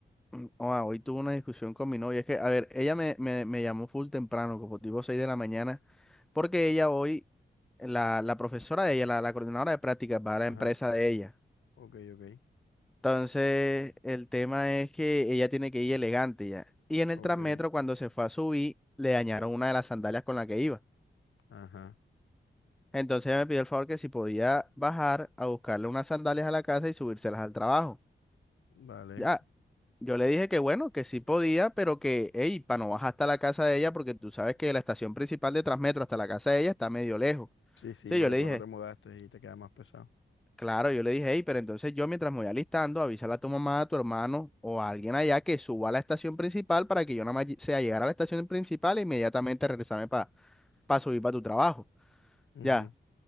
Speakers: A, in the centre; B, on the left (about 80°).
A: mm, ah, hoy tuve una discusión con mi novia. Es que, a ver, ella me, me, me llamó full temprano, como tipo 6 de la mañana, porque ella hoy, la, la profesora de ella, la, la coordinadora de prácticas, va a
B: Ajá,
A: la empresa de ella.
B: ok, ok,
A: Entonces, el tema es que ella tiene que ir elegante ya. Y en el
B: ok,
A: Transmetro, cuando se fue a subir, le dañaron una de las sandalias con la que iba.
B: ajá,
A: Entonces ella me pidió el favor que si podía bajar a buscarle unas sandalias a la casa y subírselas al trabajo.
B: vale.
A: Ya, yo le dije que bueno, que sí podía, pero que, hey, para no bajar hasta la casa de ella, porque tú sabes que de la estación principal de Transmetro hasta la casa de ella está medio lejos.
B: Sí, sí,
A: Sí,
B: porque
A: yo le
B: tú
A: dije,
B: ahora te mudaste y te queda más pesado.
A: Claro, yo le dije, hey, pero entonces yo mientras me voy alistando, avísale a tu mamá, a tu hermano o a alguien allá que suba a la estación principal para que yo nada más lle- sea llegar a la estación principal e inmediatamente regresarme para subir para tu trabajo.
B: Ujú,
A: Ya.